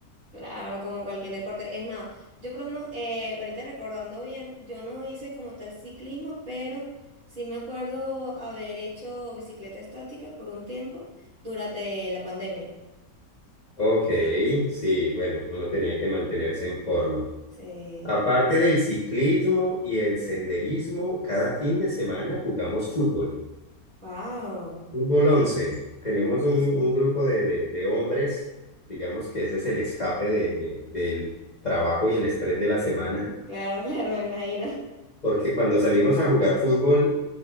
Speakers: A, on the right (about 60°); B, on the left (about 30°).
A: Claro, como cualquier deporte. Es más, yo por lo menos, eh, ahorita recordando bien, yo no hice como tal ciclismo, pero sí me acuerdo haber hecho bicicleta estática por un tiempo durante la pandemia.
B: Ok, sí, bueno, uno tenía que mantenerse en forma.
A: Sí.
B: Aparte del ciclismo y el senderismo, cada fin de semana jugamos fútbol.
A: Wow.
B: Fútbol 11. Tenemos un, un grupo de, de- de hombres, digamos que ese es el escape de- de- del trabajo y el estrés de la semana,
A: Claro, <laughs> claro, me imagino.
B: <laughs> porque cuando salimos a jugar fútbol,